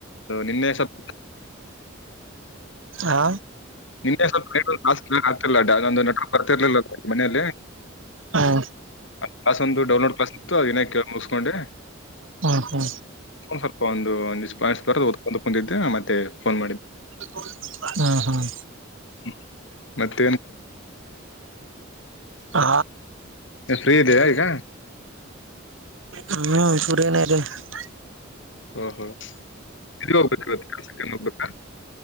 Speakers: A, on the left; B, on the right.
A: ನಿನ್ನೆ ಸ್ವಲ್ಪ
B: ಆ.
A: ನಿನ್ನೆ <unintelligible> ಬರ್ತಿರ್ಲಿಲ್ಲ <unintelligible> ಮನೆಯಲ್ಲಿ.
B: ಹಾ
A: ಕ್ಲಾಸ್ ಒಂದು ಡೌನ್ಲೋಡ್ ಕ್ಲಾಸ್ ಇತ್ತು ಅದನ್ನೆ ಕೇಳಸ್ಕೊಂಡೆ.
B: ಹ್ಮು ಹ್ಮು.
A: ಸ್ವಲ್ಪ ಒಂದು <unintelligible> ಮತ್ತೆ ಫೋನ್
B: ಹ್ಮು ಹ್ಮು.
A: ಹ್ಮು ಮತ್ತ.
B: ಆ
A: ಏನ್ ಫ್ರೀ ಇದಯಾ ಈಗ.
B: ಹ್ಮು <unintelligible>
A: ಓ ಹೋ <unintelligible> ಹೋಗ್ಬೇಕಾ.